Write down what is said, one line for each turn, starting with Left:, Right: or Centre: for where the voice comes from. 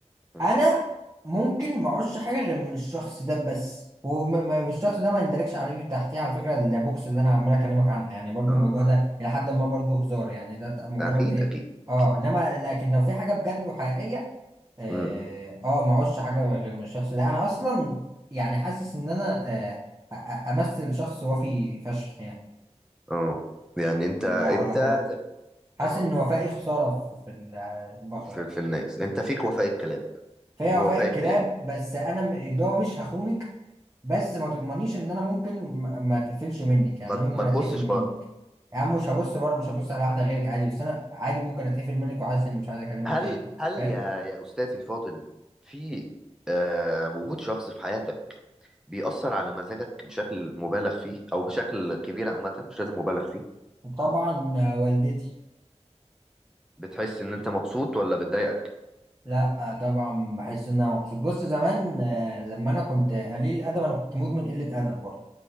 Centre: مم.
Right: انا ممكن ما اعوزش حاجه غير من الشخص ده بس والشخص ده ما يندركش عليه تحتيه على فكره البوكس اللي انا عمال اكلمك عنها يعني برضو
Centre: اه
Right: الموضوع
Centre: اه
Right: ده الى حد ما برضو هزار يعني ده ت- مجرد
Centre: اكيد
Right: ايه
Centre: اكيد
Right: اه
Centre: اكيد
Right: انما لكن لو في حاجه بجد وحقيقيه اه
Centre: مم.
Right: آه، ما اعوزش حاجه غير من الشخص ده انا اصلا يعني حاسس ان انا آه أ- أ- امثل شخص وفي فشخ يعني
Centre: اه يعني انت
Right: العلاقات
Centre: انت زي-
Right: حاسس
Centre: اه
Right: ان وفائي خساره في في البشر
Centre: في,
Right: يعني.
Centre: في الناس انت فيك وفاء الكلام
Right: فهي
Centre: ووفاء
Right: وفاء الكلاب
Centre: الكلام
Right: بس انا م- اللي هو مش هخونك بس ما تضمنيش ان انا ممكن ما ما اتقفلش منك يعني
Centre: ما,
Right: انا ممكن
Centre: ما تبصش
Right: اتقفل منك
Centre: بره
Right: يا عم مش هبص بره مش هبص على واحده غيرك عادي بس انا عادي ممكن اتقفل منك وحاسس اني مش عايز اكلمك
Centre: هل
Right: تاني
Centre: هل
Right: فاهم
Centre: يا يا استاذي الفاضل في آه وجود شخص في حياتك بيأثر على مزاجك بشكل مبالغ فيه او بشكل كبير عامة مش لازم مبالغ فيه
Right: وطبعا آه، والدتي
Centre: بتحس ان انت مبسوط ولا بتضايقك
Right: لا آه، طبعا بحس ان انا مبسوط بص زمان آه، لما انا كنت قليل الادب انا كنت مدمن قله ادب برضه